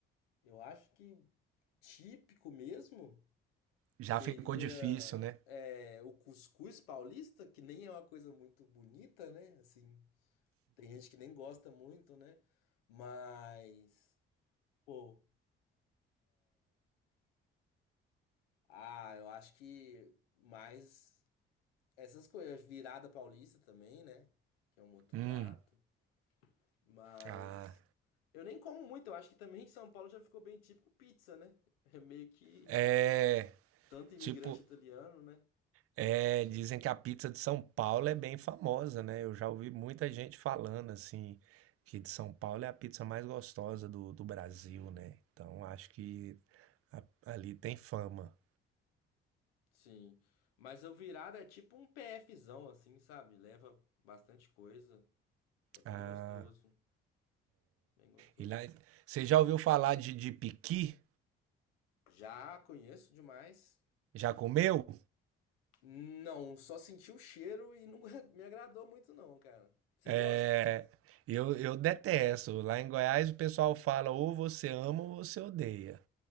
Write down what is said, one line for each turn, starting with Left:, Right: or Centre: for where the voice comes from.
Left: eu acho que típico mesmo
Right: Já
Left: seria
Right: ficou difícil, né?
Left: é, o cuscuz paulista, que nem é uma coisa muito bonita, né? Assim, tem gente que nem gosta muito, né? Mas, pô, ah, eu acho que mais. Essas coisas, virada paulista também, né? Que é um outro
Right: Hum.
Left: prato. Mas
Right: Ah.
Left: eu nem como muito, eu acho que também em São Paulo já ficou bem típico pizza, né? É meio que
Right: É.
Left: tanto imigrante
Right: Tipo,
Left: italiano, né?
Right: É, dizem que a pizza de São Paulo é bem famosa, né? Eu já ouvi muita gente falando assim que de São Paulo é a pizza mais gostosa do, do Brasil, né? Então acho que a- ali tem fama.
Left: Sim. Mas o virada é tipo um PFzão, assim, sabe? Leva bastante coisa. É bem
Right: Ah,
Left: gostoso. Bem gostoso.
Right: e lá, você já ouviu falar de, de piqui?
Left: Já conheço demais.
Right: Já comeu?
Left: Não, só senti o cheiro e não <laughs> me agradou muito, não, cara. Você gosta?
Right: É, Eu, eu detesto. Lá em Goiás o pessoal fala ou você ama ou você odeia.